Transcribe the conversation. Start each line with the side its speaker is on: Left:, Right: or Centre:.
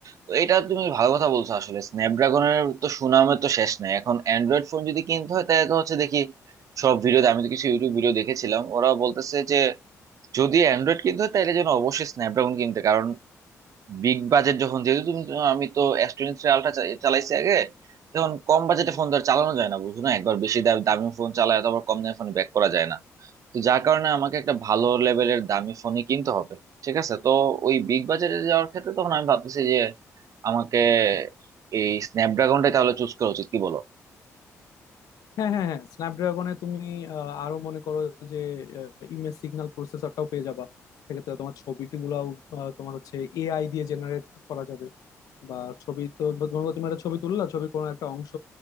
Right: তো এটা তুমি ভালো কথা বলছো আসলে স্ন্যাপড্রাগনের তো সুনামের তো শেষ নাই এখন অ্যান্ড্রয়েড ফোন যদি কিনতে হয় তাহলে তো হচ্ছে দেখি সব ভিডিওতে আমি তো কিছু ইউটিউব ভিডিও দেখেছিলাম ওরা বলতেছে যে যদি অ্যান্ড্রয়েড কিনতে হয় তাহলে যেন অবশ্যই স্ন্যাপড্রাগন কিনতে কারণ বিগ বাজেট যখন যেহেতু তুমি আমি তো এস টোয়েন্টি থ্রি আলট্রা চালাইছি আগে তখন কম বাজেটে ফোন তো আর চালানো যায় না বুঝো না একবার বেশি দাম দামি ফোন চালায় তো আবার কম দামি ফোন ব্যাক করা যায় না তো যার কারণে আমাকে একটা ভালো লেভেলের দামি ফোনই কিনতে হবে ঠিক আছে তো ওই বিগ বাজারে যাওয়ার ক্ষেত্রে তখন আমি ভাবতেছি যে আমাকে এই স্ন্যাপড্রাগনটাই তাহলে চুজ করা উচিত কি বলো
Left: হ্যাঁ হ্যাঁ হ্যাঁ স্ন্যাপড্রাগনে তুমি আহ, আরো মনে করো যে ইমেজ সিগন্যাল প্রসেসরটাও পেয়ে যাবা সেক্ষেত্রে তোমার ছবিটি গুলাও আহ, তোমার হচ্ছে এআই দিয়ে জেনারেট করা যাবে বা ছবি তো মনে করো তুমি একটা ছবি তুললা ছবির কোনো একটা অংশ